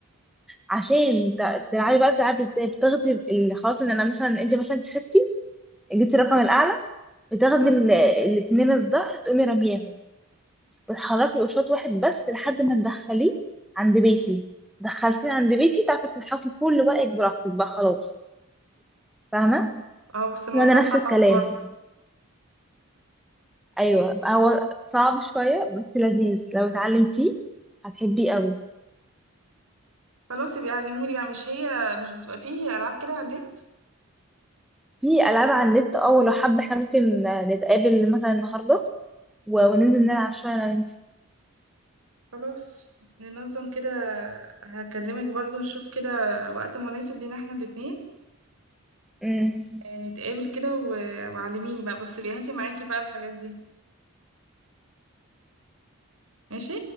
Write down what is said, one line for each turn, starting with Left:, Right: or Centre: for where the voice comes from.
Centre: عشان تع- تلعبي بقى بتلعبي ازاي بتاخدي ال- خلاص ان انا مثلا انت مثلا كسبتي جبتي الرقم الاعلى بتاخدي
Right: مم.
Centre: ال- الاتنين الظهر تقومي رميهم بتحركي قشاط واحد بس لحد ما تدخليه عند بيتي دخلتيه عند بيتي تعرفي تنحطي كل ورقك براحتك بقى خلاص فاهمة
Right: اه بس الموضوع
Centre: وانا نفس
Right: صعب
Centre: الكلام
Right: برضه
Centre: ايوه هو صعب شوية بس لذيذ لو اتعلمتيه هتحبيه قوي
Right: خلاص يبقى علموني بقى مش هي مش بتبقى فيه ألعاب كده على النت
Centre: في العاب على النت اه لو حابة احنا ممكن نتقابل مثلا النهاردة و- وننزل نلعب شوية انا وانتي
Right: خلاص ننظم كده هكلمك برضه نشوف كده وقت مناسب لينا احنا الاتنين
Centre: أمم.
Right: ونتقابل كده و- وعلميني بقى بس بيهاتي معاكي بقى الحاجات دي ماشي